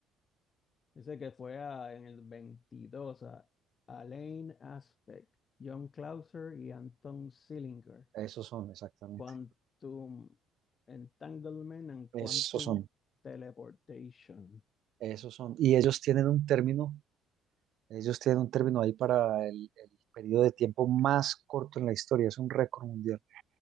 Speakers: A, on the left; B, on the right.
A: dice que fue a- en el 22 a Alain Aspect, John Clauser y Anton Zillinger.
B: Esos son, exactamente.
A: Quantum Entanglement and Quantum
B: Esos son,
A: Teleportation.
B: esos son. Y ellos tienen un término, ellos tienen un término ahí para el, el periodo de tiempo más corto en la historia. Es un récord mundial.